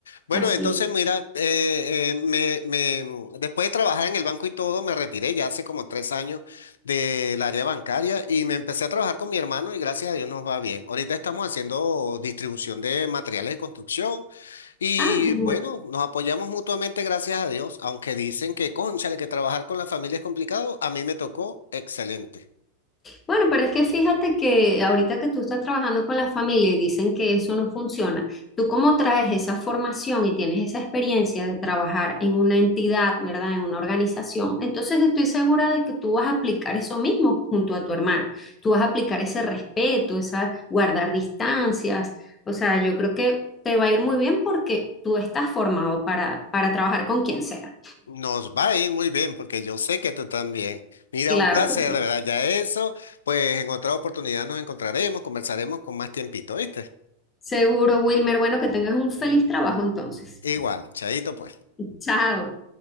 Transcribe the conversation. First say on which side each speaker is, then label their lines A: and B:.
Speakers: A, on the left; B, on the left.
A: Bueno,
B: así
A: entonces
B: es.
A: mira, eh, eh, me, me, mm, después de trabajar en el banco y todo, me retiré ya hace como tres años del área bancaria y me empecé a trabajar con mi hermano y gracias a Dios nos va bien. Ahorita estamos haciendo distribución de materiales de construcción y
B: Ah, genial.
A: bueno, nos apoyamos mutuamente, gracias a Dios, aunque dicen que, cónchale, que trabajar con la familia es complicado, a mí me tocó excelente.
B: Bueno, pero es que fíjate que ahorita que tú estás trabajando con la familia y dicen que eso no funciona, tú como traes esa formación y tienes esa experiencia de trabajar en una entidad, ¿verdad? En una organización, entonces estoy segura de que tú vas a aplicar eso mismo junto a tu hermano. Tú vas a aplicar ese respeto, esa guardar distancias. O sea, yo creo que te va a ir muy bien porque tú estás formado para, para trabajar con quien sea.
A: Nos va a ir muy bien porque yo sé que tú también. Mira,
B: Claro
A: un placer,
B: que sí.
A: de verdad. Ya eso, pues en otra oportunidad nos encontraremos, conversaremos con más tiempito, ¿viste?
B: Seguro, Wilmer. Bueno, que tengas un feliz trabajo entonces.
A: Igual, chaito pues.
B: Chao.